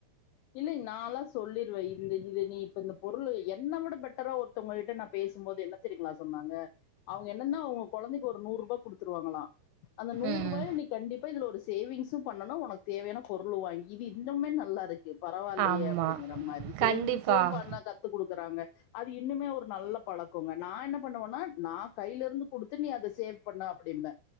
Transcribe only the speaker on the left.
இல்லீங்க நால்லா சொல்லீருவே இந்த இது நீ இப்ப இந்த பொருளு என்ன விட பெட்டரா ஒரு த்தவங்ககிட்ட நா பேசும்போது என்ன தெரியுங்களா சொன்னாங்க அவங்க என்னன்னா அவ்ங்க கொழந்தைக்கு ஒரு நூறு ரூபா குடுத்துருவாங்களா அந்த நூறு
ரூபாய நீ கண்டிப்பாதுல ஒரு சேவிங்ஸு பண்ணனு உனக் கு தேவையான பொருளு வாங்கி இது இன்னுமே நல்லாருக்கு பரவாயில்லையே
அப்டிங்கிற மாதிரி
சேவிங்ஸும் பண்ண கத்து குடுக்குறாங்க அது இன்னுமே ஒரு நல்ல பழக்கோங்க நா என்ன பண்ணுவோனா நா கையில இருந்து குடுத்து நீ அத சேவ் பண்ணு அப்புடீன்பே